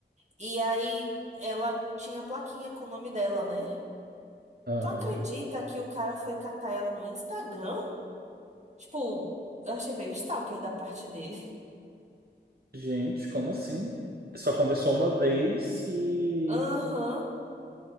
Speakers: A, on the right; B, on the right.
A: e aí ela tinha a plaquinha com o nome dela, né?
B: Aham.
A: Tu acredita que o cara foi catar ela no Instagram? Tipo, eu achei meio stalker da parte dele.
B: Gente, como assim? Só conversou uma vez e.
A: <laughs> Aham.